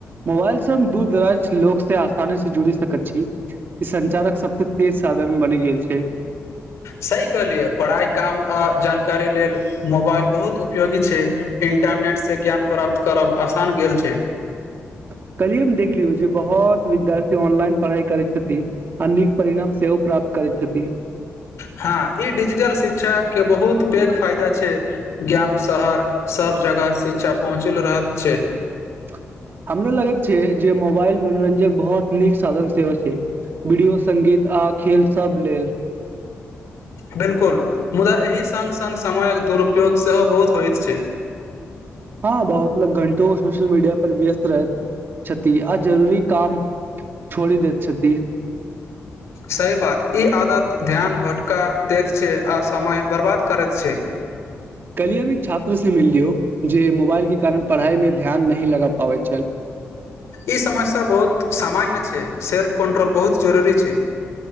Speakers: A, on the right; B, on the left.
A: मोबाइल से हम दूर दराज लोक से आसानी से जुड़ी सकैत छी संचारक सबसे तेज साधन मे बनि गेल छै
B: सही कहलियै पढ़ाइ काम आ जानकारी लेल मोबाइल बहुत उपयोगी छै इन्टरनेट से ज्ञान प्राप्त करब आसान गेल छै
A: हँ कलिये मे देखलियो जे बहुत विद्यार्थी ऑनलाइन पढ़ाई करे छथिन आ नीक परिणाम सेहो प्राप्त करय छथिन
B: हाँ इ डिजिटल शिक्षा के बहुत पैघ फायदा छै गाम शहर सब जगह शिक्षा पहुँचल रह छै
A: हँ हमरो लगैत छै जे मोबाइल मनोरंजक बहुत नीक साधन सेहो छै वीडियो सगीत आ खेल सब लेल
B: बिल्कुल मुदा एहि संग संग समय के दुरूपयोग से बहुत होइत छै
A: हँ बहुत लोग घंटो सोशल मीडिया पर व्यस्त रहत छथि आ जरूरी काम छोड़ देति
B: सही बात ई आदत ध्यान भटका दैत छै आ समय बर्बाद करैत छै
A: हँ कलिय एक छात्र से मिल लियौ जे मोबाइल के कारण पढ़ाई में ध्यान नहि लगा पाबै छै
B: ई समस्या बहुत सामान्य सेल्फ कन्ट्रोल बहुत जरूरी छै